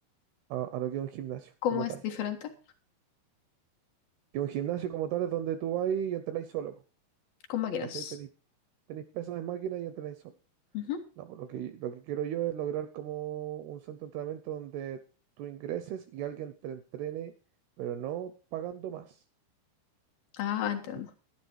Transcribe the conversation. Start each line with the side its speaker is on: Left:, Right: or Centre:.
Right: a, a lo que es un gimnasio
Left: ¿Cómo
Right: como
Left: es
Right: tal.
Left: diferente?
Right: Que un gimnasio como tal es donde tú vas y entrenáis solo, po,
Left: Con máquinas.
Right: ¿cachai? Tenéis, tenéis pesas de máquina y entrenáis solo.
Left: Ujú.
Right: No, pues lo que, lo que quiero yo es lograr como un centro de entrenamiento donde tú ingreses y alguien te entrene, pero no pagando más.
Left: Ah, entiendo,
Right: ¿cachai?